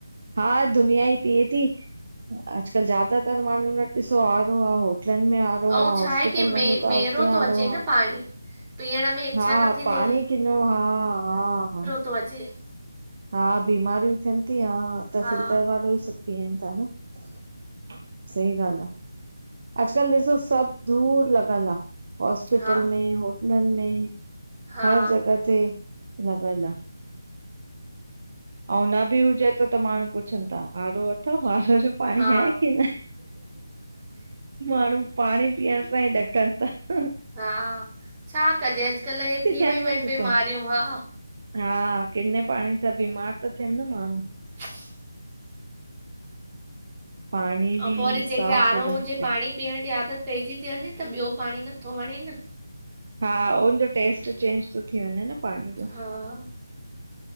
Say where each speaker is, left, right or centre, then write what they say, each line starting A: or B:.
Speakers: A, on the right; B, on the right.
A: हा दुनिया ई पीए ती, अॼकल ज्यादा तर माण्हून वट ॾिसो आरो आ। होटलनि में आरो
B: ऐं
A: आ
B: छा
A: हॉस्पिटल
B: आहे की मे
A: वञो त
B: मेरो
A: हुते
B: थो
A: आरो
B: अचे
A: आ।
B: न पाणी पीअण में इच्छा
A: हा
B: नथी
A: पाणी
B: थिए
A: किनो, हा हा हा
B: तो अचे।
A: हा बीमारियूं थियनि ती हा त
B: हा
A: फिल्टर वारो ई सभु पीअनि ता न। सही गाल आ, अॼकल ॾिसो सभु दूर लॻल आ। हॉस्पिटल
B: हा
A: में, होटलनि में
B: हा
A: हर जॻह ते लॻल आ। अऊं न बि हुजे त त माण्हू पुछनि ता, आरो अथव आरो? पाणी
B: हा
A: आहे कि न माण्हू। पाणी पीअण सां ई ॾकनि ता।
B: हा छा कजे अॼुकल्ह इहे थी
A: थियनि
B: वियूं
A: न
B: आहिनि
A: ॾिसो
B: बीमारियूं हा।
A: हा किने पाणी सां बीमार ता थियनि न माण्हू।
B: छिनंनननन <inaudible>
A: पाणी
B: अऊं
A: बि
B: पो वरी जंहिंखे
A: साफ़
B: आरो
A: हुजणु
B: हुजे
A: खपे।
B: पाणी पीअण जी आदत पइजी ती वञे त ॿियो पाणी नथो वणे न।
A: हा हुनजो टेस्ट चेंज तो थी वञे न पाणी जो,
B: हा